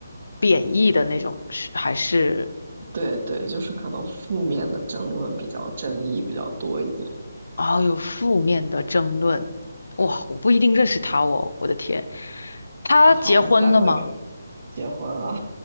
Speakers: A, on the left; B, on the right.
A: 贬义的那种，是还是
B: 对对，就是可能负面的争论比较争议比较多一点。
A: 啊有负面的争论？哇，我不一定认识他哦，我的天，他结婚了吗？
B: 好，你待会儿结婚了，